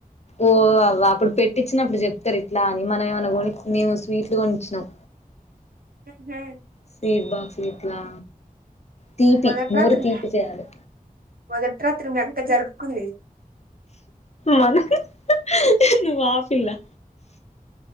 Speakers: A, on the left; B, on the right.
A: ఓ అవా అప్పుడు పెట్టిచ్చినప్పుడు చెప్తారు ఇట్లా అని, మనం ఏమనా కొని మేము స్వీట్లు కొనిచ్చినాం.
B: ఏమ్మే
A: స్వీట్ బాక్స్ ఇగ ట్లా తీపి
B: మొదటి
A: నోరు
B: రాత్రి
A: తీపి జేయాలె
B: మొదటి రాత్రి మీ అక్క జరుపుకుంది
A: మనకు ను వాపిల్లా